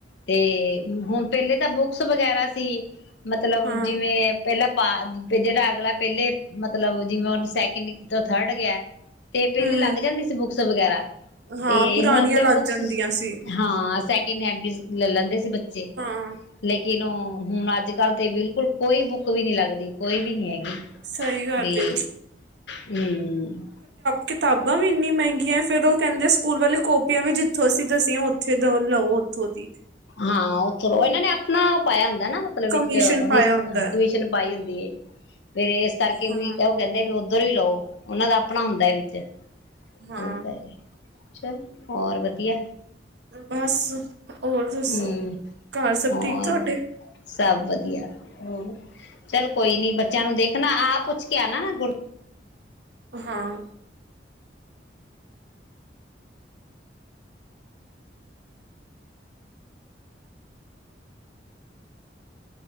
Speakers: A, on the left; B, on the right.
A: ਤੇ ਹੁਣ ਪਹਿਲੇ ਤਾਂ ਬੁੱਕਸ ਵਗੈਰਾ ਸੀ ਮਤਲਬ
B: ਹਾਂ
A: ਜਿਵੇਂ ਪਹਿਲਾਂ ਪਾ ਤੇ ਜਿਹੜਾ ਅਗਲਾ ਪਹਿਲੇ ਮਤਲਬ ਜਿਵੇਂ ਹੁਣ ਸੈਕਿੰਡ ਤੋਂ ਥਰਡ ਗਿਆ ਤੇ ਪਹਿਲੇ
B: ਹੂੰ
A: ਲੱਗ ਜਾਂਦੀ ਸੀ ਬੁੱਕਸ ਵਗੈਰਾ
B: ਹਾਂ
A: ਤੇ
B: ਪੁਰਾਣੀਆਂ
A: ਹੁਣ ਤੇ
B: ਲੱਗ
A: ਬੁੱਕਸ
B: ਜਾਂਦੀਆਂ ਸੀ
A: ਹਾਂ ਸੈਕਿੰਡ ਹੈਂਡ ਵੀ ਲੈ ਲੈਂਦੇ ਸੀ ਬੱਚੇ
B: ਹਾਂ
A: ਲੇਕਿਨ ਉਹ ਹੁਣ ਅੱਜ ਕੱਲ ਤੇ ਬਿਲਕੁਲ ਕੋਈ ਬੁੱਕ ਵੀ ਨੀ ਲੱਗਦੀ ਕੋਈ ਵੀ ਨੀ ਹੈਗੀ
B: ਸਹੀ ਗੱਲ
A: ਵੀ
B: ਐ
A: ਹਮ
B: ਕਿਤਾਬਾਂ ਵੀ ਇੰਹਨੀ ਮਹਿੰਗੀਆਂ ਫਿਰ ਉਹ ਕਹਿੰਦੇ ਸਕੂਲ ਵਾਲੇ ਕਾਪੀਆਂ ਵੀ ਜਿੱਥੋਂ ਅਸੀਂ ਦੱਸੀਆਂ ਉੱਥੇ ਲਵੋ ਉੱਥੋਂ ਦੀ
A: ਹਾਂ ਉਹਥਰੋ ਇਹਨਾਂ ਨੇ ਆਪਣਾ ਪਾਇਆ ਹੁੰਦਾ ਦਾ ਨਾ ਮਤਲਬ
B: ਕਮਿਸ਼ਨ
A: ਵਿੱਚ
B: ਪਾਇਆ ਹੁੰਦਾ ਹੈ
A: ਕਮਿਸ਼ਨ ਪਾਈ ਹੁੰਦੀ ਏ ਫੇਰ ਇਸ ਕਰਕੇ ਵੀ
B: ਹਾਂ
A: ਉਹ ਕਹਿੰਦੇ ਵੀ ਉਧਰ ਵੀ ਲਓ ਉਹਨਾਂ ਦਾ ਆਪਣਾ ਹੁੰਦਾ ਹੈ ਵਿੱਚ ਅਹ
B: ਹਾਂ
A: ਸ ਚਲ ਹੋਰ ਵਧੀਆ
B: ਬਸ ਹੋਰ ਦੱਸੋ
A: ਹੂੰ
B: ਘਰ ਸਭ
A: ਹੋਰ
B: ਠੀਕ ਤੁਹਾਡੇ
A: ਸਭ ਵਧੀਆ ਹੋਰ ਚੱਲ ਕੋਈ ਨੀ ਬੱਚਿਆਂ ਨੂੰ ਦੇਖਣਾ ਆਪ ਪੁੱਛ ਕੇ ਆਣਾ ਨਾ ਗੁਰ
B: ਹਾਂ